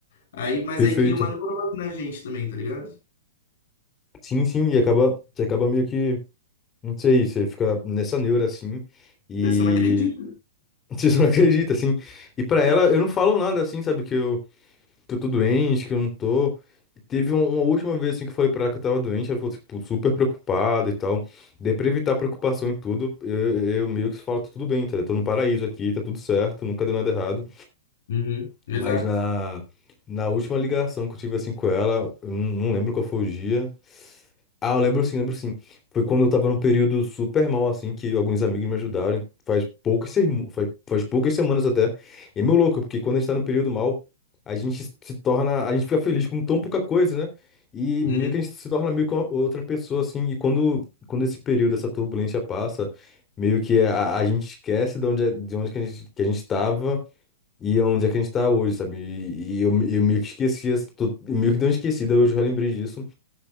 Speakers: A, on the left (about 60°); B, on the left (about 25°).
A: Aí, mas
B: Perfeito.
A: aí cria uma neurose na gente também, tá ligado?
B: Sim, sim. E acaba. Você acaba meio que. Não sei, você fica nessa neura assim. E.
A: Você você não acredita,
B: <laughs> Você não acredita, assim. E pra
A: né?
B: ela, eu não falo nada assim, sabe? Que eu que eu tô doente, que eu não tô. Teve um- uma última vez assim que eu falei pra ela que eu tava doente, ela ficou tipo, super preocupada e tal. Daí pra evitar preocupação em tudo, eu, eu meio que falo, tá tudo bem, tá? Eu tô no paraíso aqui, tá tudo certo, nunca deu nada errado.
A: Uhum, exato.
B: Mas na, na última ligação que eu tive assim com ela, eu não não lembro qual foi o dia, ah, eu lembro sim, lembro sim. Foi quando eu tava num período super mal, assim, que alguns amigos me ajudaram. Faz poucas, sermo- faz, faz poucas semanas até. E é meio louco, porque quando a gente tá num período mal, a gente se torna. A gente fica feliz com tão pouca coisa, né? E
A: Uhum.
B: meio que a gente se torna meio que uma- outra pessoa, assim. E quando, quando esse período, essa turbulência passa, meio que a, a gente esquece de onde, é- de onde que a gente, que a gente tava e onde é que a gente tá hoje, sabe? E, e eu, eu meio que esqueci, assim, tô- eu meio que dei uma esquecida, hoje eu já lembrei disso.